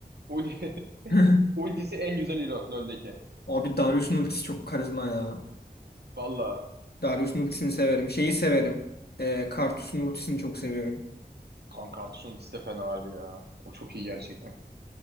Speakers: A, on the right (about 80°); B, on the left (about 75°).
A: Ul <laughs>
B: <laughs>
A: ultisi en güzel hero LoL'deki.
B: Abi Darius'un ultisi çok karizma ya.
A: Valla
B: Darius'un ultisini severim. Şeyi severim. Ee, Karthus'un ultisini çok seviyorum.
A: kanka Artuş'un ultisi de fena abi ya. O çok iyi gerçekten.